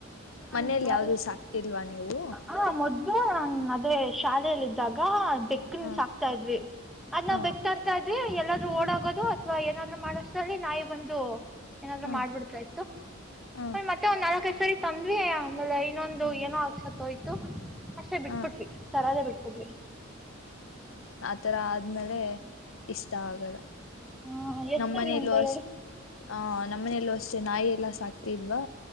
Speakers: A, in the centre; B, on the left (about 90°).
A: ನನ್
B: ಮನೇಲಿ
A: ಬರಿ
B: ಯಾವ್ದು ಸಾಕ್ತಿಲ್ವಾ ನೀವು?
A: ಹ ಮೊದ್ಲು ಹೇ ಶಾಲೆಯಲ್ಲಿ ಇದಿದ್ದಾಗ. ಬೆಕ್ಕನ್
B: ಹ
A: ಸಾಕ್ತಾ ಇದ್ವಿ ಅದ್
B: ಹ
A: ನಾವು ಬೆಕ್ ತರ್ತಾ ಇದ್ವಿ ಎಲ್ಲ ಓಡಾಗೋದು ಅಥವಾ ಏನಾದ್ರು ಮಾಡಷ್ಟ್ರಲ್ಲಿ ನಾಯಿ ಬಂದು ಏನಾದ್ರೂ
B: ಹ
A: ಮಾಡ್ಬಿಡ್ತಾ ಇತ್ತು
B: ಹ
A: ಮ ಮತ್ತೆ ಒಂದ್ ನಾಲಕ್ ತಂದ್ವಿ ಆಮೇಲೆ ಇನ್ನೊಂದು
B: ಹ
A: ಏನೋ ಆಗ್ಸತ್ತೋಯ್ತು <unintelligible> ಅಷ್ಟೆ ಬಿಟ್ಬುಟ್ವಿ
B: ಹ
A: ತರದೇ ಬಿಟ್ಬಿಟ್ವಿ
B: ಈ ತರ ಆದ್ಮೇಲೆ ಇಷ್ಟ ಆಗಲ್ಲ
A: ಹಾ ಎಷ್ಟ್
B: ನಮ್ಮನೇಲ್ಲೂ
A: ಸರಿ ಅಂತ
B: ಅಷ್ಟ
A: ಹೇಳಿ
B: ಹ ನಮ್ಮ ಮನೆಯಲ್ಲೂ ಅಷ್ಟೆ ನಾಯಿ ಎಲ್ಲ ಸಾಕ್ತಿದ್ವಾ